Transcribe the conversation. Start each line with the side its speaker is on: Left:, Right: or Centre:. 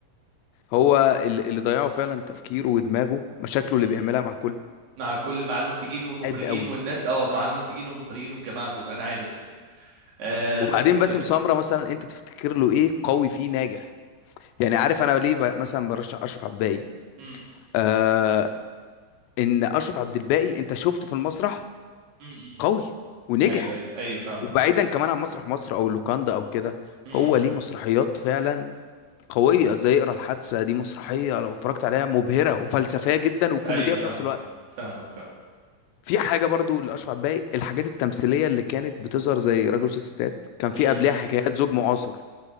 Left: هو اللي اللي ضيعه فعلا تفكيره ودماغه مشاكله
Right: م-م.
Left: اللي بيعملها مع كل
Right: مع كل مع المنتجين والمخرجين
Left: قد قوي
Right: والناس
Left: و-
Right: اه مع المنتجين والمخرجين والجماعه دول انا عارف آه
Left: وبعدين
Right: بس بجد
Left: باسم سمرة مثلا أنت تفتكر له إيه قوي فيه ناجح يعني عارف أنا ليه ب- مثلا برشح أشرف عبد الباقي
Right: م-
Left: آه إن أشرف عبد الباقي أنت شفته في المسرح
Right: م- م.
Left: قوي ونجح
Right: ايوه ايوه ايوه فاهمك
Left: وبعيدا كمان عن مسرح مصر أو اللوكاندا أو كده
Right: م.
Left: هو ليه مسرحيات فعلا قوية زي اقرا الحادثة دي مسرحية لو اتفرجت عليها مبهرة وفلسفية جدا وكوميدية
Right: ايوه فاهمك
Left: في نفس الوقت
Right: فاهمك
Left: في حاجة برضو لأشرف عباي الحاجات التمثيلية اللي كانت بتظهر زي راجل وست ستات كان في
Right: فاهمك
Left: قبلها حكايات زوج معاصر